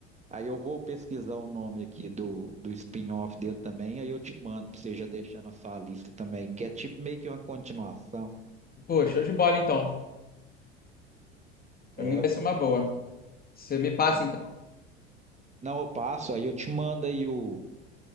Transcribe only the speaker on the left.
Pô, show de bola então. Pra
mim vai
ser uma boa. Você me passa
então.